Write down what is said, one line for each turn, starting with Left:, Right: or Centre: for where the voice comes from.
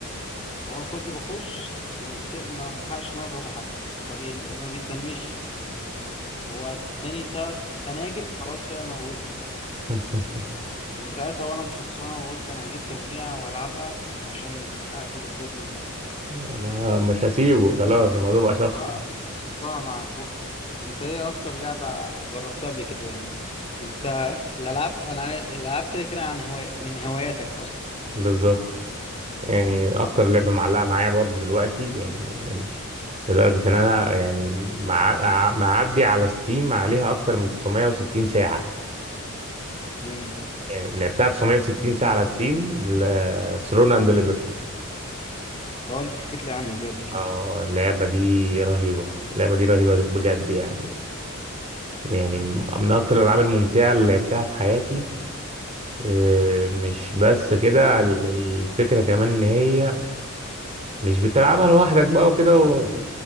Left: هو كل ما بخش يقتل- ما بلحقش إن أنا أضربه حتى ما بي... ما بيتدمش هو اداني تلات خناجر خلاص كده موت
Right: <laughs>
Left: ومن ساعتها وانا مشخصنها وقلت انا هجيب تجميع وهلعبها عشان اقتل الجوبلين ده
Right: انا مش هسيبه خلاص الموضوع بقى شخصي
Left: اه شخصنتها مع الجوبلين انت ايه اكتر لعبة جربتها قبل كده يعني انت الالعاب انا عارف- الالعاب كده كده عن هواية من هواياتك اصلا
Right: بالظبط يعني اكتر لعبة معلقة معايا برضه دلوقتي يعني لدرجة ان انا يعني مع... معدي على ستيم عليها اكتر من 960 ساعة
Left: امم
Right: يعني لعبتها 960 ساعة على ستيم ل... ثرون اند ليبرتي
Left: اه انت حكيت لي عنها دي قبل كده
Right: اه اللعبة دي رهيبة اللعبة دي رهيبة بجد يعني يعني من أكتر الألعاب الممتعة اللي لعبتها في حياتي آه، مش بس كده ال- الفكرة كمان إن هي مش بتلعبها لوحدك بقى وكده و-